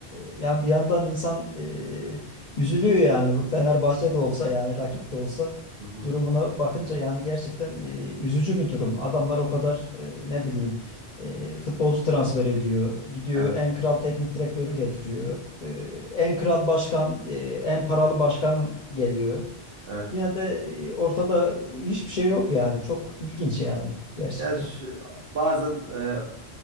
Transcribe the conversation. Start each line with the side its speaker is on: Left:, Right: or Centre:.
Left: E, yani bir yandan insan e, üzülüyor yani Fenerbahçe de olsa yani rakip de olsa
Right: Hı hı.
Left: durumuna bakınca yani gerçekten e, üzücü bir durum. Adamlar o kadar e, ne bileyim e, futbolcu transfer ediyor. Gidiyor
Right: Evet,
Left: en kral teknik direktörü getiriyor. E, en kral başkan, e, en paralı başkan geliyor
Right: evet.
Left: yine de e, ortada hiçbir şey yok yani. Çok ilginç yani gerçekten.
Right: Yani şu, bazen e,